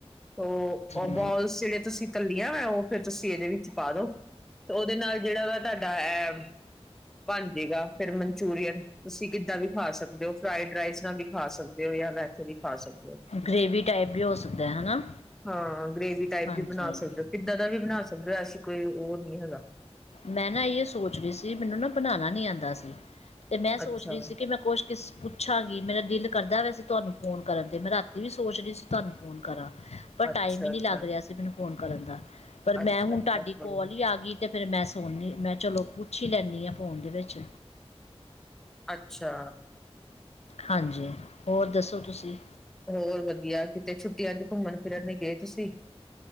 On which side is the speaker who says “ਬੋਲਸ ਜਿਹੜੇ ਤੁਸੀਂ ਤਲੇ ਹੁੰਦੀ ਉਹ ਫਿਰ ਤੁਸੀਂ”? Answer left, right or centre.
Centre